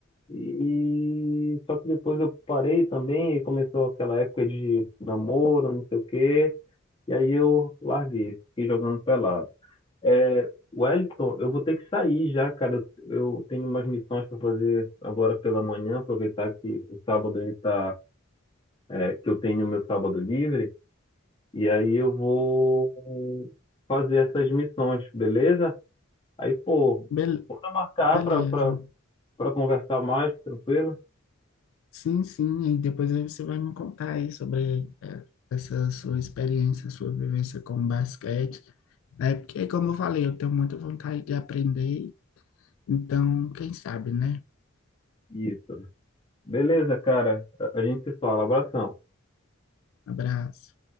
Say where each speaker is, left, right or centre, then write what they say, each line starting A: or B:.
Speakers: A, on the left; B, on the left.
A: E só que depois eu parei também e começou aquela época de namoro, não sei o quê, e aí eu larguei, fiquei jogando pelado. É, Wellington, eu vou ter que sair já, cara. Eu, eu tenho umas missões para fazer agora pela manhã, aproveitar que o sábado ele tá, é, que eu tenho meu sábado livre, e aí eu vou fazer essas missões, beleza? Aí, pô,
B: Bel-
A: bora marcar
B: beleza.
A: para para para conversar mais, tranquilo?
B: Sim, sim. E depois aí você vai me contar aí sobre é, essa sua experiência, sua vivência com basquete, né? Porque, como eu falei, eu tenho muita vontade de aprender. Então, quem sabe, né?
A: Isso. Beleza, cara. A a gente se fala. Abração.
B: Abraço.